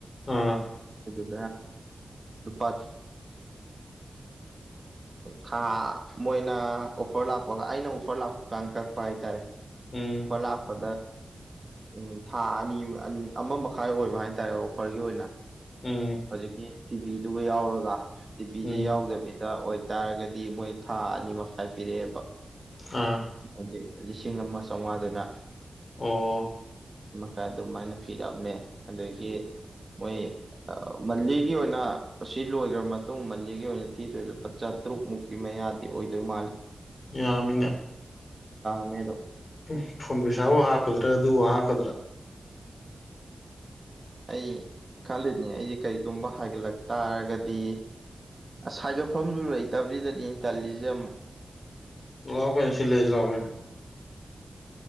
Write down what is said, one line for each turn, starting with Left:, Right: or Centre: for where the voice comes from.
Left: ꯑꯥ
Right: ꯑꯗꯨ ꯂꯨꯄꯥ ꯈꯥ ꯃꯣꯏꯅ ꯑꯣꯐꯔ ꯂꯥꯛꯄꯒ ꯑꯩꯅ ꯑꯣꯐꯔ ꯂꯥꯛꯄ ꯀꯪꯀ ꯄꯥꯏ ꯇꯔ
Left: ꯎꯝ
Right: ꯐꯂ ꯐ ꯎꯝ ꯊꯥ ꯑꯅꯤ ꯑꯃ ꯃꯈꯥꯏ ꯑꯣꯏꯕ ꯍꯥꯏꯇꯥꯔꯦ ꯑꯣꯐꯔꯒꯤ ꯑꯣꯏꯅ
Left: ꯎꯝ
Right: ꯍꯧꯖꯤꯛꯀꯤ ꯇꯤꯚꯤꯗꯨꯒ ꯌꯥꯎꯔꯒ ꯇꯤꯚꯁꯤꯦ
Left: ꯎꯝ
Right: ꯌꯥꯎꯗꯕꯤꯗ ꯑꯣꯏ ꯇꯥꯥꯔꯒꯗꯤ ꯃꯣꯏ ꯊꯥ ꯑꯅꯤ ꯃꯈꯥꯏ ꯄꯤꯔꯛꯑꯦꯕ
Left: ꯑꯥ
Right: ꯍꯧꯖꯤꯛ ꯂꯤꯁꯤꯡ ꯑꯃ ꯁꯋꯥꯗꯅ
Left: ꯑꯣ
Right: ꯈꯔ ꯑꯗꯨꯃꯥꯏꯅ ꯄꯤꯔꯛꯑꯃꯦ ꯑꯗꯒꯤ ꯃꯣꯏ ꯃꯜꯂꯤꯒꯤ ꯑꯣꯏꯅ ꯁꯤ ꯂꯣꯏꯈ꯭ꯔ ꯃꯇꯨꯡ ꯃꯟꯜꯂꯤꯒꯤ ꯑꯣꯏꯅ ꯊꯤꯗꯣꯏ ꯂꯨꯄꯥ ꯆꯥꯇꯔꯨꯛ ꯃꯨꯛꯀꯤ ꯃꯌꯥꯗꯤ ꯑꯣꯏꯗꯣꯏ ꯃꯥꯜꯂꯤ
Left: ꯌꯥꯝꯃꯤꯅ
Right: ꯃꯦꯗꯣ
Left: ꯎꯝ ꯐꯣꯟ ꯄꯩꯁꯥꯕꯨ ꯍꯥꯞꯀꯗ꯭ꯔꯥ ꯑꯗꯨꯕꯨ ꯍꯥꯞꯀꯗ꯭ꯔꯥ
Right: ꯑꯩ ꯈꯜꯂꯤꯅꯦ ꯑꯩꯁꯦ ꯀꯔꯤꯒꯨꯝꯕ ꯍꯥꯏꯒꯠꯂꯛ ꯇꯥꯔꯒꯗꯤ ꯁꯥꯏꯒꯠꯐꯝꯁꯨ ꯂꯩꯇꯕꯔꯤꯗꯗꯤ ꯏꯟꯇꯦꯂꯤꯖꯝ
Left: ꯂꯥꯛꯑꯣ ꯀꯅꯦ ꯁꯤꯜꯂꯩꯁꯤ ꯂꯥꯛꯑꯣꯒꯅꯦ